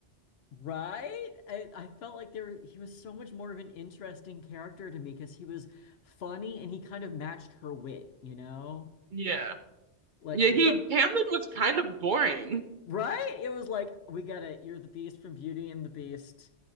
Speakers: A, on the left (about 65°); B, on the right (about 55°).
A: Right? I, I felt like there he was so much more of an interesting character to me because he was funny and he kind of matched her wit, you know?
B: Yeah.
A: Like
B: Yeah,
A: he
B: he
A: felt
B: Tamlin was kind of boring.
A: Right? It was like, we get it. You're the Beast from Beauty and the Beast,